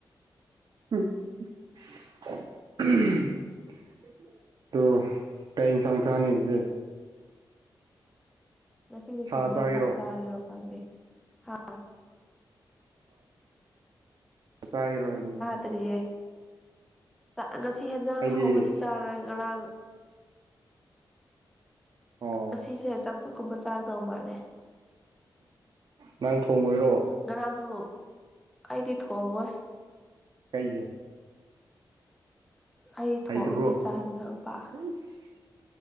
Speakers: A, on the right (about 65°); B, in the centre.
A: ꯍꯝ ꯑꯗꯨ ꯀꯩ ꯏꯟꯁꯥꯡ ꯆꯅꯤ ꯉꯥꯁꯦ
B: ꯉꯁꯤꯗꯤ
A: ꯁꯥ
B: ꯀꯔꯤ
A: ꯆꯥꯒꯦꯔꯣ
B: ꯍꯖꯁꯒꯔꯣꯀꯥꯡꯦ ꯍꯥ
A: ꯆꯔ
B: ꯠꯇ꯭ꯔꯤꯌꯦ ꯉꯁꯤ ꯌꯦꯟꯖꯥꯡ
A: ꯑꯩꯗꯤ
B: ꯍꯧꯕꯗꯤ ꯆꯥꯔꯣꯏ ꯉꯔꯥꯡ
A: ꯑꯣ
B: ꯉꯁꯦ ꯆꯝꯄꯨꯛꯀꯨꯝꯕ ꯆꯥꯗꯧ ꯃꯥꯜꯂꯦ
A: ꯅꯪ ꯊꯣꯡꯉꯨꯔꯔꯣ
B: ꯉꯔꯥꯡꯁꯨ ꯑꯩꯗꯤ ꯊꯣꯡꯉꯣꯏ
A: ꯀꯩꯒꯤ
B: ꯑꯩ ꯊꯣꯡꯗꯦ
A: ꯍꯩꯇꯕ꯭ꯔꯣ
B: ꯆꯥꯛ ꯏꯟꯖꯥꯡ ꯄꯥꯛ
A: ꯑꯩꯁ